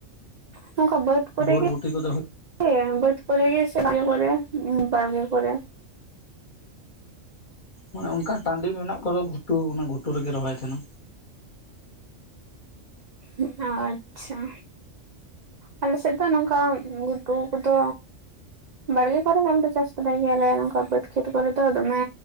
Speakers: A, on the right (about 80°); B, on the left (about 50°).
A: ᱱᱚᱝᱠᱟ ᱵᱟᱹᱫᱽ ᱠᱚᱨᱮ
B: ᱵᱳᱨᱵᱩᱴᱤ
A: ᱜᱮ
B: ᱠᱚᱫᱚ
A: <inaudible> ᱵᱟᱹᱫᱽ ᱠᱚᱨᱮ ᱜᱮ <inaudible> ᱠᱚᱨᱮ ᱩᱸ ᱵᱟᱲᱜᱮᱹ ᱠᱚᱨᱮ
B: ᱢᱟᱱᱮ ᱚᱱᱠᱟ ᱴᱟᱺᱰᱤ ᱢᱮᱱᱟᱜ ᱠᱚᱫᱟ ᱜᱷᱩᱴᱩ ᱚᱱᱟ ᱜᱷᱩᱴᱩ ᱨᱮᱜᱮ ᱨᱚᱦᱚᱭ ᱠᱟᱱᱟ᱾
A: <inaudible> ᱦᱚᱸ ᱟᱪᱪᱷᱟ ᱟᱞᱮ ᱥᱮᱫ ᱫᱚ ᱱᱚᱝᱠᱟ ᱜᱷᱩᱴᱩ ᱠᱚᱫᱚ ᱵᱟᱲᱜᱮ ᱠᱚᱨᱮ ᱫᱚ ᱟᱞᱮ ᱫᱚ ᱪᱟᱥ ᱵᱟᱫᱟᱭ ᱜᱮᱭᱟᱞᱮ ᱱᱚᱝᱠᱟ ᱵᱟᱹᱫᱽ ᱠᱷᱮᱛ ᱠᱚᱨᱮ ᱫᱚ ᱫᱚᱢᱮ